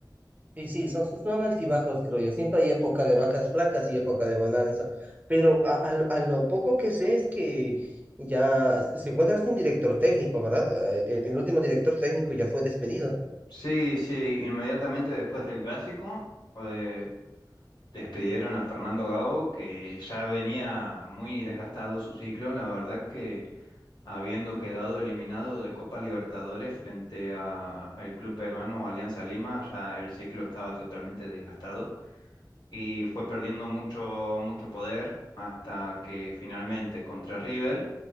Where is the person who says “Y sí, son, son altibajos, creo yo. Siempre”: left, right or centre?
Right